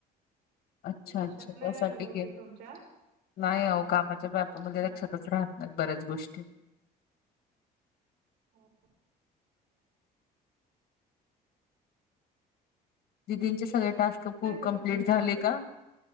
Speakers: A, on the left (about 65°); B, on the right (about 85°).
A: अच्छा
B: लक्षात
A: अच्छा
B: नाही
A: त्यासाठी
B: राहिलं बहुतेक
A: गे
B: तुमच्या
A: नाही अ कामाच्या बापामध्ये
B: हा
A: लक्षातच राहत नाही बऱ्याच गोष्टी
B: हो
A: दिदींचे सगळे टास्क
B: नाही का
A: कम्प्लीट
B: तुमच्या व्यवस्थित
A: झाले का